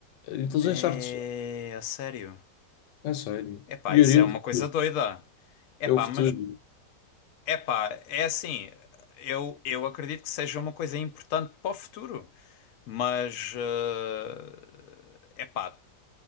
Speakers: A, on the left (about 85°); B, on the left (about 60°).
A: Inteligência
B: É,
A: artificial,
B: a sério?
A: é sério.
B: Epá,
A: Yuri,
B: isso
A: é
B: é
A: o
B: uma
A: futuro.
B: coisa doida. Epá,
A: É o futuro.
B: mas, epá, é assim, eu, eu acredito que seja uma coisa importante para o futuro, mas, eh, epá,